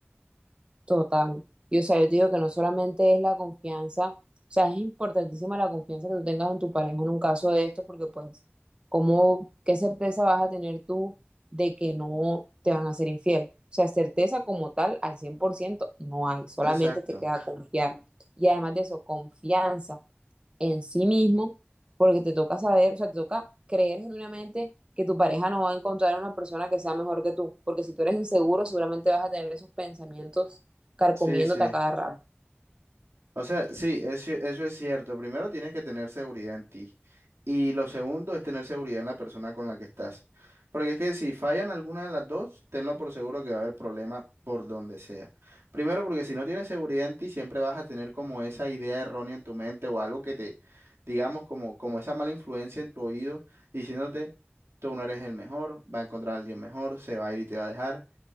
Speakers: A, on the right (about 25°); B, on the right (about 85°).
A: Total. Y o sea, yo te digo que no solamente es la confianza, o sea, es importantísima la confianza que tú tengas en tu pareja en un caso de esto, porque pues, ¿cómo, qué certeza vas a tener tú de que no te van a ser infiel? O sea, certeza como tal al 100% no hay, solamente
B: Exacto.
A: te queda confiar. Y además de eso, confianza en sí mismo, porque te toca saber, o sea, te toca creer genuinamente que tu pareja no va a encontrar una persona que sea mejor que tú, porque si tú eres inseguro, seguramente vas a tener esos pensamientos carcomiéndote
B: Sí, sí.
A: a cada rato.
B: O sea, sí, eso, eso es cierto. Primero tienes que tener seguridad en ti. Y lo segundo es tener seguridad en la persona con la que estás. Porque es que si fallan alguna de las dos, tenlo por seguro que va a haber problema por donde sea. Primero, porque si no tienes seguridad en ti, siempre vas a tener como esa idea errónea en tu mente o algo que te, digamos, como, como esa mala influencia en tu oído diciéndote, tú no eres el mejor, va a encontrar a alguien mejor, se va a ir y te va a dejar.